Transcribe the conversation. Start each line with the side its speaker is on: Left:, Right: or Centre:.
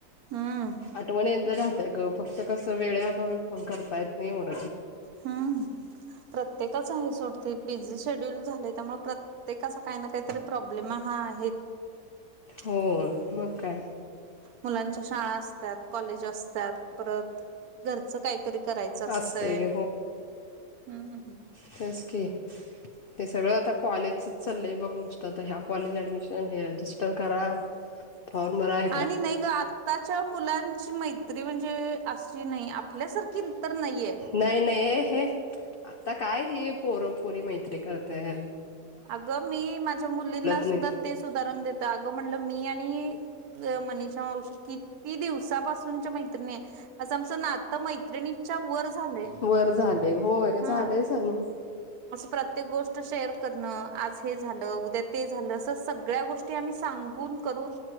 Right: हम्म
Left: आठवणी यंद राहतय ग फक्त कस वेळे अभावी फोन करतायेत नाही एवढ.
Right: हम्म प्रत्येकाच आहे सोडते पीझी शेड्यूल झालेय त्यामुळे प्र्ये ते कसं काही ना काहीतरी प्रॉब्लेम हा आहे.
Left: हो मग काय?
Right: मुलांच्या शाळा असतात कॉलेज असतात. परत घरचं काहीतरी करायचं असतय
Left: असतंय
Right: हम्.
Left: खरंच की? ते सगळं आता कॉलेजचच चाललंय बघ नुसतं आ तर ह्या कॉलेज ऍडमिशन हे रजिस्टर करा. फॉर्मर आहे.
Right: आणि नाही ग आत्ताच्या मुलांची मै तरी म्हणजे असली नाही आपल्यासारखी तर नाहीये.
Left: नाही नाही हे आता काय हे पोरपोरी मैत्री करता आहेत.
Right: अगं मी माझ्या मुलींना सुद्धा
Left: नाहीत
Right: तेच उदाहरण देत अगं म्हणलं मी आणि अ मनीषा मवशी किती दिवसापासूनच्या मैत्रिणी. असं आमचं नात मैत्रिणीच्या वर झालंय
Left: वर झालेय होय
Right: हा
Left: झालंय चालू.
Right: असं प्रत्येक गोष्ट शेअर करणं आज हे झालं उद्या ते झालं असं सगळ्या गोष्टी आम्ही सांगून करून